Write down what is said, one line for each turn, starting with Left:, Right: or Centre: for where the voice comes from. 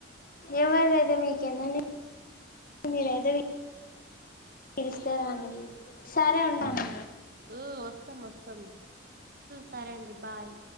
Left: ఎవరిదైతే మీకేందండి <inaudible> మీరైతే పిలుస్తారాండి సరే ఉంటాను
Right: ఉమ్ వస్తాం వస్తాం సరే అండి బాయ్